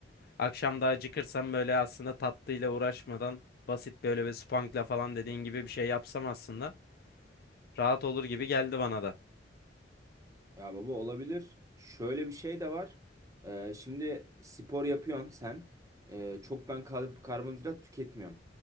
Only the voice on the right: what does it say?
Ya baba olabilir. Şöyle bir şey de var. Ee, şimdi spor yapıyorsun sen. Ee, çok ben kar- karbonhidrat tüketmiyorum.